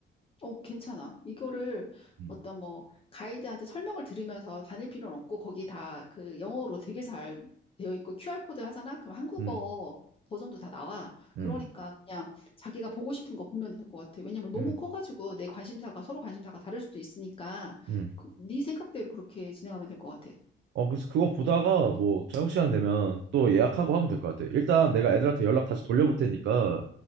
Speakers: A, on the left; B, on the right.
A: 어, 괜찮아. 이거를
B: 음,
A: 어떤 뭐 가이드한테 설명을 들으면서 다닐 필요는 없고 거기 다 그 영어로 되게 잘 되어 있고 QR코드 하잖아? 그럼 한국어
B: 음,
A: 버전도 다 나와.
B: 음,
A: 그러니까 그냥 자기가 보고 싶은 거 보면 될 것 같아. 왜냐면 너무
B: 음.
A: 커가지고 내 관심사가 서로 관심사가 다를 수도 있으니까
B: 음.
A: 그, 네 생각대로 그렇게 진행하면 될 것 같아.
B: 어, 그래서 그거 보다가 뭐 저녁 시간 되면 또 예약하고 하면 될 것 같아. 일단 내가 애들한테 연락 다시 돌려볼 테니까